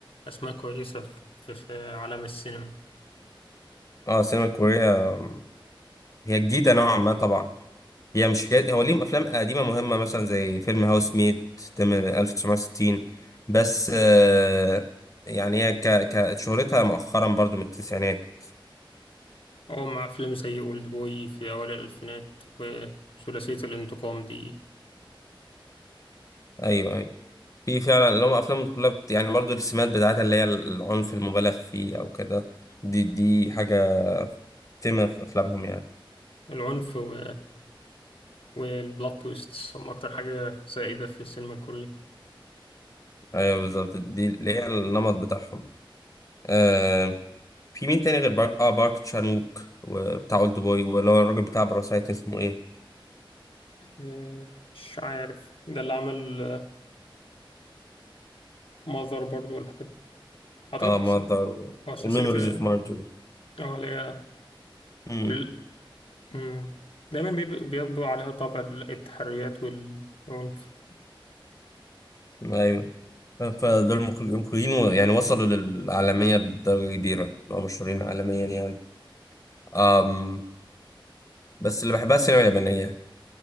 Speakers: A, on the left; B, on the left.
A: أسماء كويسة في, في عالم السينما
B: اه السينما الكوريه آم، هي جديده نوعا ما طبعا هي مش حكاية هو ليهم أفلام قديمة مهمة مثلا زي فيلم هاوس ميد تم 1960 بس آه يعني هي ك ك شهرتها مؤخرا برضو من التسعينات
A: أو مع أفلام زي أولد بوي في أوائل الألفينات وثلاثية الانتقام دي
B: أيوه أيوه في فعلا اللي هم أفلام كلها بت... يعني برضو السمات بتاعتها اللي هي العنف المبالغ فيه أو كده دي دي حاجة تم في أفلامهم يعني
A: العنف و... والبلوت تويست هم أكتر حاجة سائدة في السينما الكورية
B: أيوه بالظبط دي اللي هي النمط بتاعهم آه في مين تاني غير بارك آه بارك تشانوك وبتاع أولد بوي ولا الراجل بتاع باراسايت اسمه إيه
A: آه، مش عارف ده اللي عمل ماذر برضو والحاجات أعتقد
B: اه
A: قس-
B: ماذر
A: هو سلسلة
B: وميموريز اوف مارجوري
A: اه اللي هي
B: امم
A: كل مم. دايما بيب- بيطبع عليها طابع التحريات والعنف
B: ايوه فدول مخرج- مخرجين و- يعني وصلوا للعالمية بدرجة كبيرة بقوا مشهورين عالميا يعني أم بس اللي بحبها السينما اليابانية